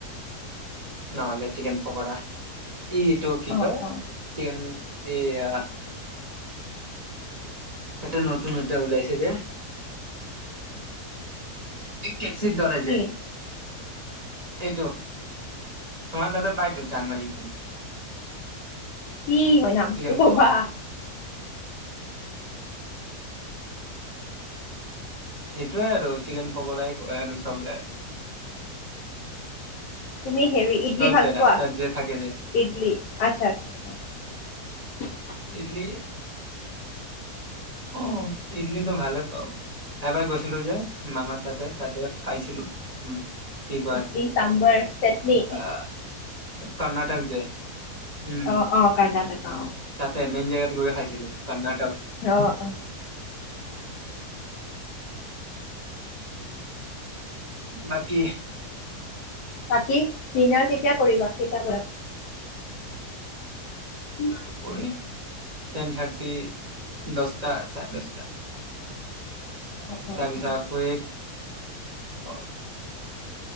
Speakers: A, on the right (about 30°); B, on the left (about 75°).
A: নহলে চিকেন পকোৰা ই এইটো কি
B: অ
A: কয়
B: অ
A: চিকেন এয়া এটা নতুন এটা ওলাইছে যে কেপচিৰ ধৰে
B: কি
A: যে এইটো তোমাৰ দাদা পাই ত চান মাৰী
B: কি হয় নাম
A: চিকেন
B: তোক কবা
A: পকৰা সেইটোৱে আৰু চিকেন পকৰাই ক আৰু চবেই আৰু
B: তুমি হেৰি ইডলি ভাল
A: যে ৰাস্তাত
B: পোৱা
A: যে থাকে যে
B: ইডলি আচ্ছা আচ্ছা আ
A: ইডলি অ ইডলিটো ভালে পাও এবাৰ গৈ ছিলো যে
B: আচ্ছা
A: মামা তাদাই তাতেৰে খাইছিলো উম কি কয়
B: ইডলি চামভাৰ চাটনি
A: আহ কৰ্ণাটক যে উম
B: অ অ কৰ্ণাটক অ
A: তাতে মেইন জেগাত গৈ খাইছিলো কৰ্ণাটক
B: আহ অ
A: বাকী
B: বাকী দিনাৰ কেতিয়া কৰিবা কিতাপ উম
A: পৰে টেন থাৰ্টি দহটা চাৰে দহটা
B: অ অ
A: তাৰপিছত
B: অ
A: আকৌ এক